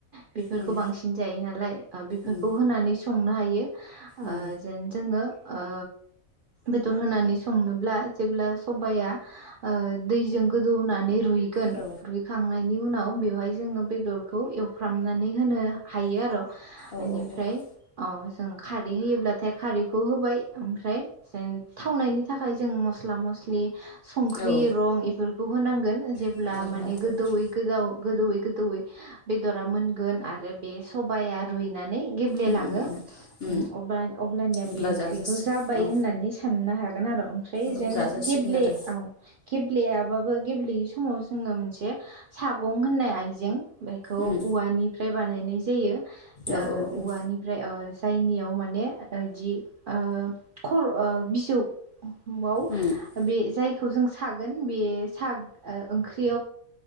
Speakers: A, on the right (about 70°); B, on the left (about 60°).
A: बेफोरखौ
B: उम
A: बांसिन जायो ना ओ बेफोरखौ
B: उम
A: होनानै संनो हायो ओ
B: उम
A: जेन जोङो ओ बेदर होनानै संनोब्ला जेब्ला सबाया ओ दैजों गोदौनानै रुइगोन
B: औ
A: रुइखांनाय नि उनाव बेवहाय जोङो बेदरखौ एवफ्रामनानै होनो हायो आर'। इनिफ्राय
B: औ औ
A: अ जों खारै होयोब्लाथाय खारैखौ होबाय ओमफ्राय जेन थावनायनि थाखाय जों मस्ला मस स्लि संख्रि
B: औ
A: रं बेफोरखौ होनांगोन जेब्ला
B: औ
A: माने
B: हालदैफोर
A: गोदौयै गोजाव गोदौवै गोदौवयै बेदरा मोनगोन आरो बे सबाया रुइनानै गेब्लेलाङो
B: उम उम
A: उम अब्लानिया
B: अब्ला
A: बे ओंख्रिखौ
B: जाजासि
A: जाबाय
B: औ
A: होननानै साननो हागोन। आर' ओमफ्राय
B: औ
A: जेन
B: जाजासिगोन
A: गेबे
B: आरो
A: <unintelligible> ब्लेयाबाबो गेब्लेयै समाव जोङो मोनसे सागं होननाय आइजें बेखौ
B: उम
A: औवानिफ्राय बानायनाय जायो। ओ
B: औ औ उम
A: औवानिफ्राय जायनियाव मान ने इदि ओ खर अ बिजौ वाव
B: उम
A: <unintelligible> जों सागोन बे सा- ओ ओंख्रि